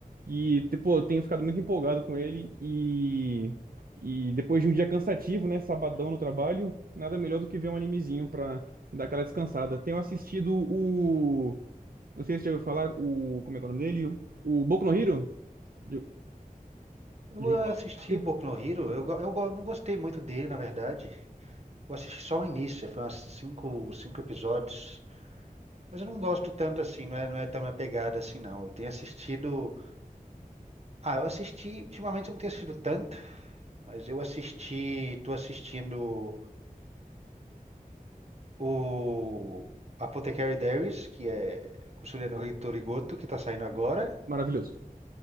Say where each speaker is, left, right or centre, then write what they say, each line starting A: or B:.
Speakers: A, on the right; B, on the right.
A: E, te- pô, eu tenho ficado muito empolgado com ele e, e depois de um dia cansativo, né, sabadão no trabalho, nada melhor do que ver um animezinho pra dar aquela descansada. Tenho assistido o, não sei se você já ouviu falar, o, como é que é o nome dele? O, o Boku no Hero? Já-
B: Eu
A: já ouviu
B: assisti
A: falar? dele?
B: Boku no Hero, eu, go- eu go- não gostei muito dele, na verdade. Eu assisti só o início, foi umas cinco, cinco episódios. Mas eu não gosto tanto assim, não é, não é tão minha pegada assim, não. Eu tenho assistido. Ah, eu assisti. Ultimamente eu não tenho assistido tanto, mas eu assisti. Tô assistindo o Apothecary Diaries, que é Kusuria no Hitorigoto, que tá saindo agora.
A: Maravilhoso.